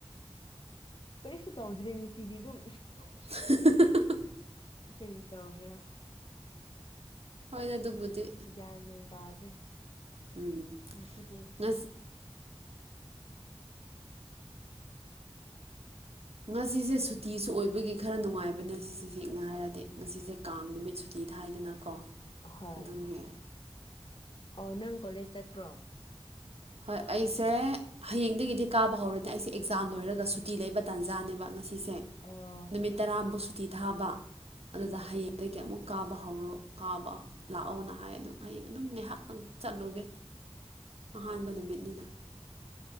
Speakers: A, on the left; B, on the right.
A: ꯀꯔꯤꯁꯨ ꯇꯧꯗ꯭ꯔꯦ ꯉꯁꯤꯗꯤ ꯑꯗꯨꯝ
B: <inaudible>
A: ꯀꯔꯤ ꯗꯧꯒꯦꯔꯥ
B: ꯍꯣꯏꯅꯦ ꯑꯗꯨꯕꯨꯗꯤ
A: ꯒ꯭ꯌꯥꯟ ꯃꯦꯟ ꯇꯥꯗ꯭ꯔꯦ
B: ꯎꯝ
A: ꯉꯁꯤꯗꯤ
B: ꯉꯁꯤ
A: <unintelligible>
B: ꯉꯁꯤꯁꯦ ꯁꯨꯇꯤꯁꯨ ꯑꯣꯏꯕꯒꯤ ꯈꯔ ꯅꯨꯡꯉꯥꯏꯕꯅꯦ ꯁꯤꯁꯦ ꯁꯦꯡꯅ ꯍꯥꯏꯔꯗꯤ ꯉꯁꯤꯁꯦ ꯀꯥꯡ ꯅꯨꯃꯤꯠ ꯁꯨꯇꯤ ꯊꯥꯏꯗꯅꯀꯣ
A: ꯍꯣꯏ
B: ꯑꯗꯨꯒꯤ
A: ꯑꯣ ꯅꯪ ꯀꯣꯂꯦꯖ ꯆꯠꯄ꯭ꯔꯣ
B: ꯍꯣꯏ ꯑꯩꯁꯦ ꯍꯌꯦꯡꯗꯒꯤꯗꯤ ꯀꯥꯕ ꯍꯧꯔꯅꯦ ꯑꯩꯁꯦ ꯑꯦꯛꯖꯥꯝ ꯂꯣꯏꯔꯒ ꯁꯨꯇꯤ ꯂꯩꯕ ꯇꯥꯟꯖꯥꯅꯦꯕ ꯉꯁꯤꯁꯦ
A: ꯑꯣ
B: ꯅꯨꯃꯤꯠ ꯇꯔꯥꯃꯨꯛ ꯁꯨꯇꯤ ꯊꯥꯕ ꯑꯗꯨꯗ
A: ꯎꯝ
B: ꯍꯌꯦꯡ ꯑꯗꯒꯤ ꯑꯃꯨꯛ ꯀꯥꯕ ꯍꯧꯔꯣ ꯀꯥꯕ ꯂꯥꯛꯑꯣꯅ ꯍꯥꯏ ꯑꯗꯨꯝ ꯍꯌꯦꯡ ꯑꯗꯨꯝ ꯉꯥꯏꯍꯥꯛꯇꯪ ꯆꯠꯂꯣꯒꯦ ꯑꯍꯥꯟꯕ ꯅꯨꯃꯤꯠꯅꯤꯅ